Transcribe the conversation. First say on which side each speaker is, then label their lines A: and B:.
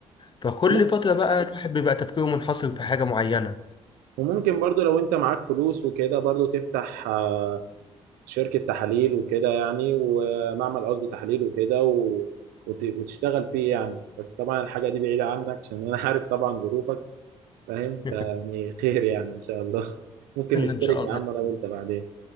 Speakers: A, on the left (about 30°); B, on the right (about 80°).
A: فكل
B: وممكن
A: فتره بقى الواحد بيبقى تفكيره منحصر في حاجه معينه
B: وممكن برضو لو انت معاك فلوس وكده برضو تفتح آه، شركة تحاليل وكده يعني ومعمل قصدي تحليل وكده و... وت... وتشتغل فيه يعني بس طبعا الحاجة دي بعيدة عنك عشان أنا <laughs> عارف طبعا ظروفك فاهم فيعني
A: <laughs>
B: خير يعني إن شاء الله <laughs> ممكن
A: ان
B: نشترك
A: شاء
B: يا
A: الله
B: عم أنا وأنت
A: ان
B: بعدين